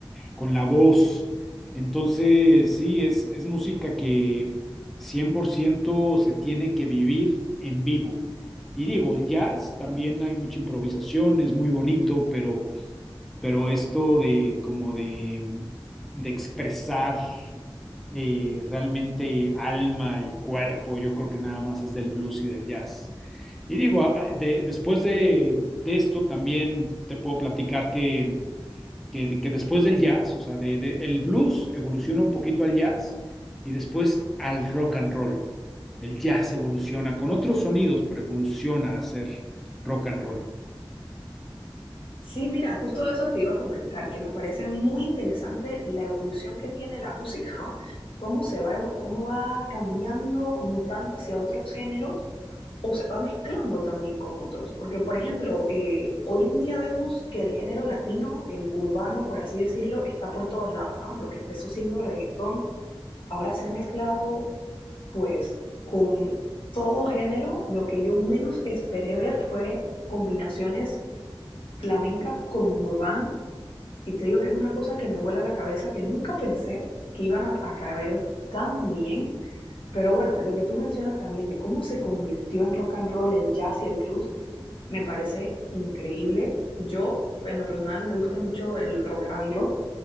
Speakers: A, in the centre; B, on the left.
A: con la voz. Entonces, sí, es, es música que 100% se tiene que vivir en vivo. Y digo, el jazz también hay mucha improvisación, es muy bonito, pero, pero esto de como de, de expresar eh, realmente alma y cuerpo, yo creo que nada más es del blues y del jazz. Y digo, a- de- después de, de esto también te puedo platicar que que, que después del jazz, o sea, de, de, el blues evoluciona un poquito al jazz y después al rock and roll. El jazz evoluciona con otros sonidos, pero evoluciona a ser rock and roll.
B: Sí, mira, justo eso te iba a comentar, que me parece muy interesante la evolución que tiene la música, ¿no? Cómo se va, evo- cómo va cambiando, mutando hacia otros géneros o se va mezclando también con otros. Porque, por ejemplo, eh, hoy en día vemos que el género latino, el urbano, por así decirlo, está por todos lados, ¿no? Lo que empezó siendo reggaetón, ahora se ha mezclado pues con todo género, lo que yo menos esperé ver fue combinaciones flamencas con urbano. Y te digo que es una cosa que me vuela la cabeza, que nunca pensé que iban a, a caer tan bien. Pero bueno, lo que tú mencionas también de cómo se convirtió en rock and roll el jazz y el blues, me parece increíble. Yo, en lo personal, me gusta mucho el rock anglo,